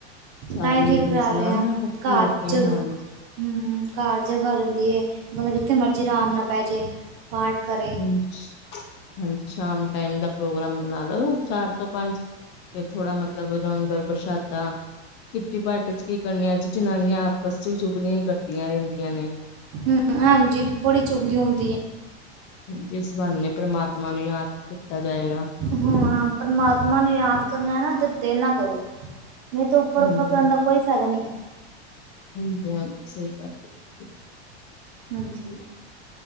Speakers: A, on the left; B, on the right.
A: ਸਾਰੀ
B: ਤਾਂ ਹੀ ਠੀਕ
A: ਲੇਡੀਜ਼
B: ਕਰਾ
A: ਨਾ
B: ਰਹੇ ਆ
A: ਇਕੱਠੀ
B: ਘਰ
A: ਹੋ ਕੇ
B: ਜਗ
A: ਹਾਂਜੀ।
B: ਹੂੰ! ਘਰ ਜਗ੍ਹਾ ਰਹਿੰਦੀ ਹੈ। ਬੰਦਾ ਜਿੱਥੇ ਮਰਜ਼ੀ ਆਰਾਮ ਨਾਲ ਪੈ ਜੇ ਪਾਠ ਕਰੇ।
A: ਹਾਂਜੀ! ਸ਼ਾਮ ਟਾਈਮ ਦਾ ਪ੍ਰੋਗਰਾਮ ਬਣਾ ਲੋ ਚਾਰ। ਤੋਂ ਪੰਜ ਫੇਰ ਥੋੜ੍ਹਾ ਮਤਲਬ ਲੰਗਰ ਪ੍ਰਸ਼ਾਦਾ ਕਿਟੀ ਪਾਰਟੀ 'ਚ। ਕੀ ਕਰਨਿਆ ਇਹ 'ਚ ਜਨਾਨੀਆਂ ਆਪਸ 'ਚ ਚੁਗਲੀਆਂ ਹੀ ਕਰਦੀਆਂ ਰਹਿੰਦੀਆਂ ਨੇ।
B: ਹੂੰ! ਹਾਂਜੀ! ਬੜੀ ਚੁਗਲੀ ਹੁੰਦੀ ਹੈ।
A: ਜਿਸ ਬਹਾਨੇ ਪਰਮਾਤਮਾ ਨੂੰ ਯਾਦ ਹੀ ਕੀਤਾ ਜਾਏਗਾ।
B: ਹੂੰ! ਹਾਂ! ਪ੍ਰਮਾਤਮਾ ਨੂੰ ਯਾਦ ਕਰਨਾ ਹੈ ਨਾ। ਤਾਂ ਦਿਲ ਨਾਲ ਕਰੋ। ਨਹੀਂ ਤਾਂ ਉੱਪਰ-
A: ਹਾਂਜੀ
B: ਉੱਪਰ ਕਰਨ ਦਾ ਕੋਈ ਫ਼ਾਇਦਾ ਨਹੀਂ ਹੈ।
A: ਹਾਂਜੀ! ਹਾਂਜੀ! ਸਹੀ ਗੱਲ ਹੈ। ਬਿਲਕੁਲ
B: ਹਾਂਜੀ!